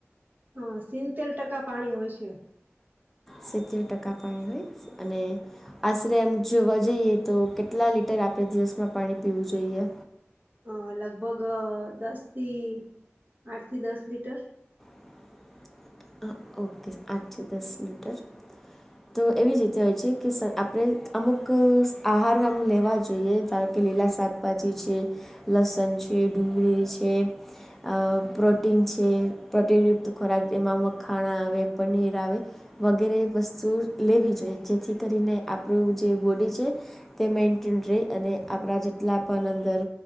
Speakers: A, on the right (about 40°); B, in the centre.
A: હ સિતેર ટકા પાણી હોય છે.
B: સિત્તેર ટકા પાણી હોય અને આશરે એમ જોવા જઈએ તો કેટલા લીટર આપણે દિવસમાં પાણી પીવું જોઈએ.
A: અ લગભગ દસથી આઠથી દસ લીટર
B: <inaudible> હા, ઓકે આઠથી દસ લીટર, તો એવી જ રીતે હોય છે કે સર આપણે અમુક આહાર આમ લેવા જોઈએ. ધારો કે લીલા શાકભાજી છે લસણ છે, ડુંગળી છે અ પ્રોટીન છે, પ્રોટીનયુક્ત ખોરાક એમાં ખાણા આવે, પનીર આવે વગેરે વસ્તુઓ લેવી જોઈએ. જેથી કરીને આપડુ જે બોડી છે તે મેન્ટેન રેય. અને આપડા જેટલા પણ અંદર